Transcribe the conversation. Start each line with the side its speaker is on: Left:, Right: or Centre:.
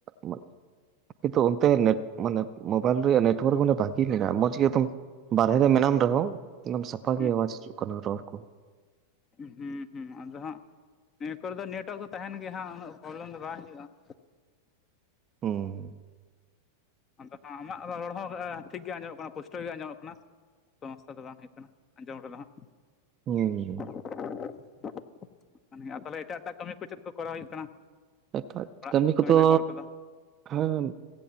Right: ᱢᱟ ᱠᱤᱱᱛᱩ ᱚᱱᱛᱮ ᱢᱟᱱᱮ ᱢᱳᱵᱟᱭᱤᱞ ᱨᱮᱭᱟᱜ ᱱᱮᱴᱣᱟᱨᱠ ᱵᱷᱟᱹᱜᱤ ᱢᱮᱱᱟᱜᱼᱟ ᱢᱚᱸᱡᱽ ᱜᱮ ᱵᱟᱨᱦᱮ ᱨᱮ ᱢᱮᱱᱟᱢ ᱨᱮᱦᱚᱸ ᱮᱠᱫᱚᱢ ᱥᱟᱯᱟᱜᱤ
Left: ᱦᱩᱸ
Right: ᱟᱣᱟᱡᱽ ᱦᱤᱡᱩᱜ ᱠᱟᱱᱟ ᱨᱚᱲ ᱠᱚ ᱾
Left: ᱦᱩᱸᱻ ᱦᱩᱸ ᱟᱫᱚ ᱦᱟᱸᱜ ᱱᱤᱭᱟᱹ ᱠᱚᱨᱮ ᱫᱚ ᱱᱮᱴᱚᱣᱟᱨᱠ ᱫᱚ ᱛᱟᱦᱮᱱ ᱜᱮᱭᱟ ᱦᱟᱸᱜ ᱩᱱᱟᱹᱜ ᱯᱨᱚᱵᱽᱞᱮᱢ ᱫᱚ ᱵᱟᱝ ᱦᱩᱭᱩᱜᱼᱟ ᱾
Right: ᱦᱩᱸᱻ
Left: ᱟᱫᱚ ᱟᱢᱟᱜ ᱨᱚᱲ ᱦᱚᱸ ᱴᱷᱤᱠ ᱜᱮ ᱟᱸᱡᱚᱢᱚᱜ ᱠᱟᱱᱟ ᱯᱩᱥᱴᱟᱹᱣ ᱜᱮ ᱟᱸᱡᱚᱢᱚᱜ ᱠᱟᱱᱟ ᱾ ᱥᱚᱢᱚᱥᱥᱟ ᱫᱚ ᱵᱟᱝ ᱦᱩᱭᱩᱜ ᱠᱟᱱᱟ ᱟᱸᱡᱚᱢ ᱨᱮᱫᱚ ᱦᱟᱸᱜ
Right: ᱦᱩᱸ
Left: ᱾ ᱛᱟᱦᱚᱞᱮ ᱮᱴᱟᱜ ᱮᱴᱟᱜ ᱠᱟᱹᱢᱤ ᱠᱚ ᱪᱮᱫ ᱠᱚ ᱠᱚᱨᱟᱣ ᱦᱩᱭᱩᱜ ᱠᱟᱱᱟ?
Right: <unintelligible>
Left: ᱚᱲᱟᱜ
Right: ᱠᱟᱹᱢᱤ ᱠᱚ ᱫᱚ
Left: ᱵᱮᱜᱚᱨ ᱠᱚᱫᱚ
Right: ᱦᱮᱸ